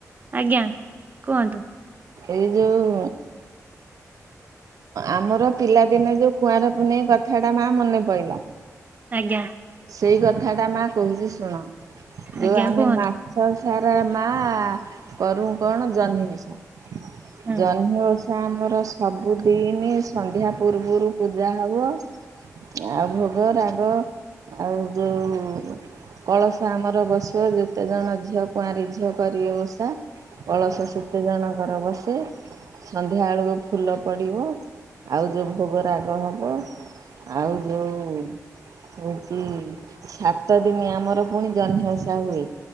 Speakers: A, on the right (about 30°); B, on the right (about 70°).
A: ଆଜ୍ଞା କୁହନ୍ତୁ?
B: ଏଇ ଯୋଉ ଆମର ପିଲାଦିନେ ଯୋଉ କୁଆଁର ପୁନେଇଁ କଥା ଟା ମା ମନେ ପଇଲା।
A: ଆଜ୍ଞା।
B: ସେଇ କଥା ଟା ମା କହୁଛି ଶୁଣ, ଯୋଉ
A: ଆଜ୍ଞା
B: ଆମେ
A: କୁହନ୍ତୁ
B: ମା ସ ସାରା ମା କରୁ କଣ ଜହ୍ନି ଓଷା।
A: ହଁ
B: ଜହ୍ନି ଓଷା ଆମର ସବୁଦିନି ସନ୍ଧ୍ୟା ପୂର୍ବରୁ ପୂଜା ହବ। ଆଉ ଭୋଗ ରାଗ, ଆଉ ଯୋଉ କଳସ ଆମର ବସିବ, ଯେତେ ଜଣ ଝିଅ କୁଆଁରୀ ଝିଅ କରିବେ ଓଷା କଳସ ସେତେ ଜଣଙ୍କର ବସେ। ସନ୍ଧ୍ୟା ବେଳକୁ ଫୁଲ ପଡିବ, ଆଉ ଯୋଉ ଭୋଗ ରାଗ ହବ। ଆଉ ଯୋଉ ହଉଚି ସାତ ଦିନି ଆମର ପୁଣି ଜହ୍ନି ଓଷା ହୁଏ,